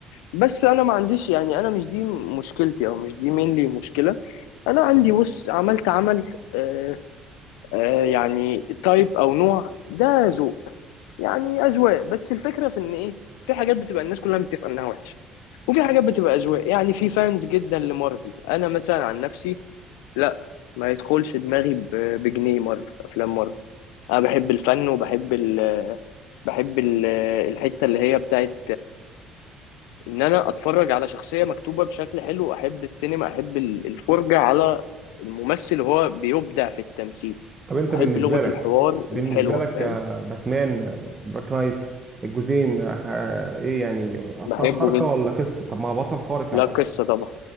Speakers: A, on the left (about 85°); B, on the right (about 30°).
A: بس أنا ما عنديش يعني أنا مش دي مشكلتي أو مش دي مينلي مشكلة أنا عندي بص عملت عمل آه آه يعني تايب أو نوع ده ذوق يعني أذواق بس الفكرة في إن إيه في حاجات بتبقى الناس كلها متفقة إنها وحشة وفي حاجات بتبقى أذواق يعني في فانز جدا لمارفل أنا مثلا عن نفسي لا ما يدخلش دماغي ب- بجنيه مارفل افلام مارفل انا بحب الفن وبحب ال بحب ال الحته اللي هي بتاعت ان انا اتفرج على شخصيه مكتوبه بشكل حلو احب السينما احب ال- الفرجه على الممثل وهو بيبدع في التمثيل
B: طب انت
A: احب
B: بالنسبه
A: لغه
B: لك
A: الحوار
B: بالنسبه
A: الحلوه
B: لك
A: فاهم
B: آه، باتمان آه، دارك نايت الجزئين آه، ايه يعني ابطال
A: بحبه
B: خارقه
A: جدا
B: ولا قصه طب ما هو بطل خارق يعتبر
A: لا قصه طبعا